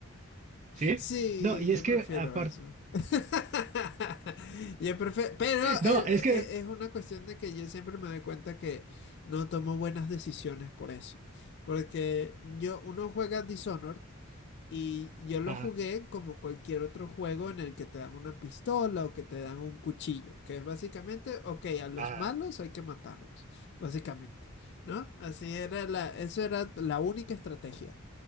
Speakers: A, on the right; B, on the left.
A: Sí,
B: Sí,
A: no, y es
B: yo
A: que
B: prefiero
A: aparte,
B: eso. <laughs> Yo prefiero, pero eh,
A: no, es que,
B: eh, eh, es una cuestión de que yo siempre me doy cuenta que no tomo buenas decisiones por eso. Porque yo, uno juega Dishonored y yo lo
A: ajá,
B: jugué como cualquier otro juego en el que te dan una pistola o que te dan un cuchillo, que es básicamente, ok, a los
A: ajá,
B: malos hay que matarlos, básicamente, ¿no? Así era la, eso era la única estrategia.